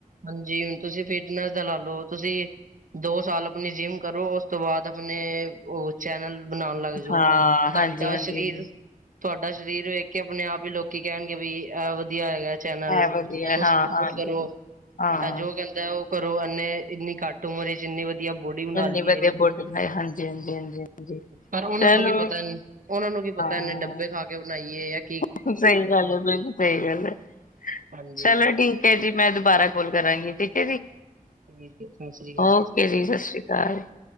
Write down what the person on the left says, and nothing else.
ਹਾਂ ਹਾਂਜੀ
ਹਾਂਜੀ
ਹਾਂਜੀ
ਹੈ ਵਧੀਆ
ਹਾਂ
ਹਾਂਜੀ
ਹਾਂ
ਇੰਨੀ
ਵਧੀਆ ਬੋਡੀ ਬਣਾਈ ਹਾਂਜੀ ਹਾਂਜੀ ਹਾਂਜੀ ਹਾਂਜੀ
ਚਲੋ
ਹਾਂ
ਸਹੀ ਗੱਲ ਹੈ, ਬਿਲਕੁਲ ਸਹੀ ਗੱਲ ਹੈ,
ਚਲੋ ਠੀਕ। ਓਕੇ ਜੀ, ਮੈਂ ਦੁਬਾਰਾ ਕੋਲ ਕਰਾਂਗੀ, ਠੀਕ ਏ ਜੀ,
ਓਕੇ ਜੀ ਸਤਿ ਸ਼੍ਰੀ ਤਾਂ <inaudible>